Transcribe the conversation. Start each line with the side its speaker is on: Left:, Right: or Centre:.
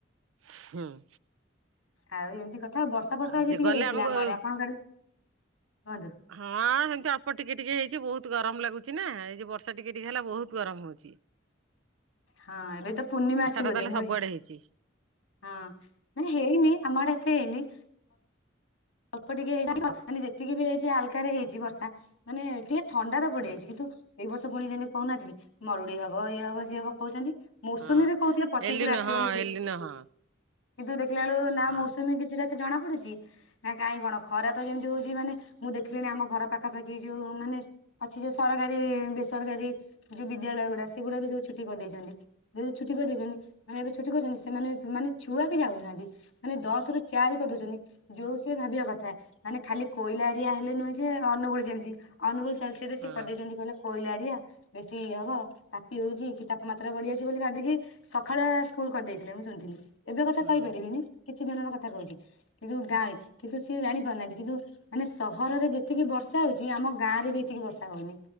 Right: ହୁଁ।
Left: ଆଉ ଏମିତି କଥା ଆଉ ବର୍ଷା ବର୍ଷା ଆଜି
Right: ଯେ
Left: ଟିକେ
Right: ଗଲେ
Left: ହେଇଥିଲା
Right: ଆମକୁ
Left: ଆମ
Right: ହଁ
Left: ଆଡ ଆପଣଙ୍କ ଆଡେ କୁହନ୍ତୁ।
Right: ହଁ ଏମିତି ଅଳ୍ପ ଟିକେ ଟିକେ ହେଇଚି ବହୁତ ଗରମ ଲାଗୁଚି ନା ଏଇ ଯେ ବର୍ଷା ଟିକେ ଟିକେ ହେଲା ବହୁତ ଗରମ ହଉଚି। ହ
Left: ହଁ ଏବେ ତ ପୂର୍ଣ୍ଣିମା ଅଛି
Right: ଟା
Left: ବଧେ
Right: ତାହେଲେ
Left: ମୁଁ
Right: ସବୁଆଡେ
Left: ଏ
Right: ହେଇଛି
Left: ହଁ। ନା ହେଇନି ଆମ ଆଡ଼େ ଏତେ ହେଇନି। ଅଳ୍ପ ଟିକେ ହେଇ ନା ମାନେ ଯେତିକି ବି ହେଇଚି ହାଲାକା ରେ ହେଇଚି ବର୍ଷା ମାନେ ଟିକେ ଥଣ୍ଡା ତ ବଢିଯାଇଚି।
Right: ଆଁ।
Left: କିନ୍ତୁ ଏଇ ବର୍ଷ ପୁଣି ଯେମିତି କହୁନ ଥିଲେକି ମରୁଡ଼ି ହବ ଇଏ ହବ ସିଏ ହବ କହୁଚନ୍ତି। ମୌସୁମୀ
Right: ହଁ
Left: ବି କହୁଥିଲେ ପଚିଶ
Right: ଏଲିନ
Left: ରୁ ଆସିବ
Right: ହଁ
Left: ବୋଲି <unintelligible>
Right: ଏଲିନ ହଁ
Left: କିନ୍ତୁ ଦେଖିଲା ବେଳୁ ନା
Right: ହଁ
Left: ମୌସୁମୀ କିଛି ଦେଖି ଜଣା ପଡୁଚି। ନା କାହିଁ କଣ ଖରା ତ ଯେମିତି ହଉଚି ମାନେ ମୁଁ ଦେଖିଲିଣି ଆମ ଘର ପାଖାପାଖି ଯୋଉ ମାନେ ଅଛି ଯୋଉ ସରକାରୀ ବେସରକାରୀ ଯୋଉ ବିଦ୍ୟାଳୟ ଗୁଡା ସେଗୁଡା ବି ସବୁ ଛୁଟି କରିଦେଇଚନ୍ତି। ଯଦି ଛୁଟି କରିଦେଇଚନ୍ତି ମାନେ ଏବେ ଛୁଟି କରୁଚନ୍ତି ସେମାନେ ମାନେ ଛୁଆ ବି ଯାଉନାହାନ୍ତି। ମାନେ ଦଶ ରୁ ଚାରି କରିଦଉଚନ୍ତି ଯୋଉ ଭାବିବା କଥା ମାନେ ଖାଲି କୋଇଲା ଏରିଆ ହେଲେ ନୁହେଁ ଯେ ଅନୁଗୁଳୁ ଯେମିତି ଅନୁୁଗୁଳୁ ତାଳଚେର ରେ
Right: ହଁ
Left: ସିଏ କରିଦେଇଚନ୍ତି କହିଲେ କଇଲା ଏରିଆ ବେଶୀ ଇଏ ହବ ତାତି ହଉଚି କି ତାପମାତ୍ରା ବଢି ଯାଉଚି ବୋଲି ଭାବିକି ସକାଳୁଆ ସ୍କୁଲ କରିଦେଇଥିଲେ ମୁଁ ଶୁଣିଥିଲି। ଏବେ କଥା
Right: ହୁଁ
Left: କହିପାରିବିନି କିଛି ଦିନର କଥା କହୁଚି କିନ୍ତୁ ଗାଁ କିନ୍ତୁ ସିଏ ଜାଣି ପାରୁନାହାନ୍ତି। କିନ୍ତୁ ମାନେ ସହରରେ ଯେତିକି ବର୍ଷା ହଉଚି ଆମ ଗାଁ ରେ ବି ହେତିକି ବର୍ଷା ହଉନି।